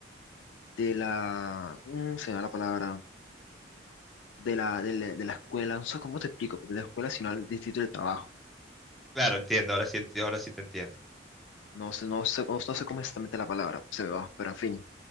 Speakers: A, on the left; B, in the centre.
A: de la, mm, se me va la palabra, de la, de la, de la escuela, no sé cómo te explico, pero de la escuela, sino al distrito del trabajo.
B: Claro,
A: ya.
B: entiendo, ahora sí, enti- ahora sí te entiendo.
A: No sé, no sé, no no sé cómo es exactamente la palabra, se me va, pero en fin.